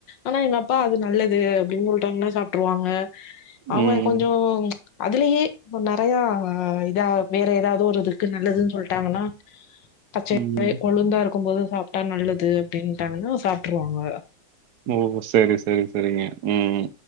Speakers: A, on the left; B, on the right.
A: ஆனா எங்க அப்பா அது நல்லது ரெண் மூல் டைம்லா சாப்ட்ருவாங்க அவுங்க
B: ம்
A: கொஞ்சோ அதுலயே இப்ப நெறைய இதா வேற எதாவ்து ஒரு இதுக்கு நல்லதுன் சொல்ட்டாங்கன்னா பச்சயாவே
B: ம்
A: கொளுந்தா இருக்கும்போது சாப்ட்டா நல்லது அப்டின்ட்டாங்கனா சாப்ட்ருவாங்க
B: ஓ செரி செரி செரிங்க ம்